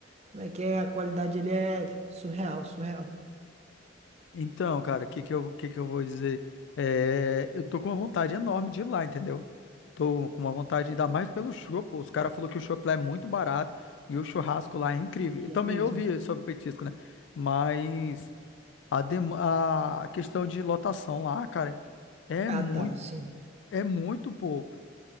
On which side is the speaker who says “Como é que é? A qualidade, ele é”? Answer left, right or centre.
Right